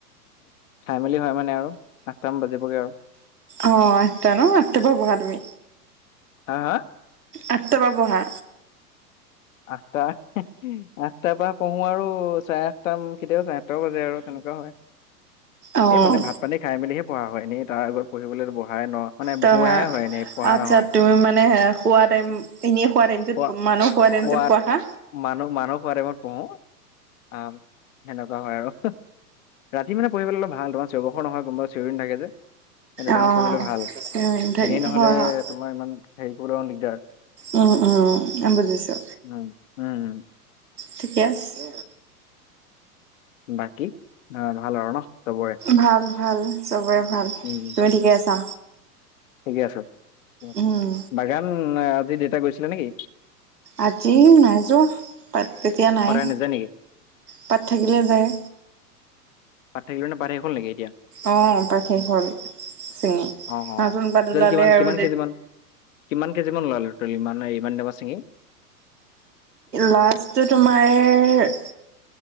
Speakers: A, on the left; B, on the right.
A: খাই মেলি হয় মানে আৰু আঠটামান বাজিবগৈ আৰু।
B: অ আঠটা ন আঠটা পৰা পঢ়া তুমি।
A: হা হা।
B: আঠটা পৰা পঢ়া।
A: আঠটা আঠটাৰ পৰা পঢ়ো আৰু চাৰে আঠটাম কেতিয়াাব চাৰে সাত বাজে আৰু তেনেকুৱা হয়
B: অ',
A: এই মানে ভাত,,, পানী খাই মেলিহেঢা হয় এনে তাৰ আগত পঢ়িবলৈত বহাই ন। মানে
B: ত
A: বহোৱাহে হয় এনেই পঢ়া
B: আচ্ছা
A: নহয়।
B: তুমি মানে পোৱা টাইম এনে হোৱা টাইম যত
A: খোৱা
B: মানুহ হোৱা টাইম
A: খোৱাত
B: যত পঢ়া
A: মানুহ মানুস বাৰে মই পঢ়ো আহ সেনেকুৱা হয় আৰু। ৰাতি মানে প়িবলৈ অল ভাল তোাৰেওবৰ নহয় কোনবা চিউৰিিন থে যে। এটাৰ
B: অ',
A: কৰিবলৈ ভাল
B: থাকে
A: এনেই নহলে
B: হয় হয়।
A: তোমাৰ ইমান হেৰি কৰিবলৈ অ দিগদাৰ।
B: উম উম আম বুজিছো।
A: উম উমম
B: ঠিকে আছে।
A: বাকী অ ভাল আৰু ন চবৰে?
B: ভাল ভাল চবৰে ভাল।
A: উম
B: তুমি ঠিকে আছা?
A: ঠিকে আছে
B: উম,
A: আ বাগান আজি দেউতা গৈছিলে নেকি?
B: আজি নাই যোৱা পাত তেতিয়া নাই
A: সদায় নেযায় নেকি?
B: পাত থাকিলে যায়।
A: পঠ থাকিলে পাৰ থে হ নেক এতিয়া।
B: অঁ ত শেষ হ'ল ছিঙি
A: অ অ
B: নতুন পাত
A: টোটেল
B: ওলালে
A: কিমান
B: আৰু
A: কিমান কেজি মান কিমান কেজিমান 'লালো ত ইমান ইমান দাবা ছিঙি?
B: লাষ্টটো তোমাৰ